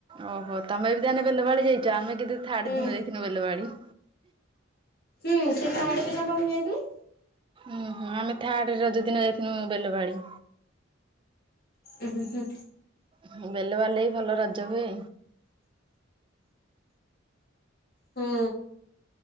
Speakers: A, on the right (about 25°); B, on the left (about 55°).
A: ଓହୋ ତମେ ବି ତାହେନେ ବେଲବାଳି ଯାଇଛ ଆମେ କି
B: ହୁଁ
A: ଥାର୍ଡ ଦିନ ଯାଇଥିନୁ ବେଲବାଳି।।
B: ହୁଁ ସେ ଥାଡ ଦିନ ବା ମୁଁ ଯାଇିଥିଲି।
A: ଉୁଁ ହୁଁ ଆମେ ଥାର୍ଡ ରଜ ଦିନ ଯାଇଥିନୁ ବେଲ ବାଳି।
B: ଉୁଁ ହୁଁ ହୁଁ।
A: ହୁଁ ବେଲ ବାଳି ରେ ବି ଭଲ ରଜ ହୁଏ।
B: ହୁଁ।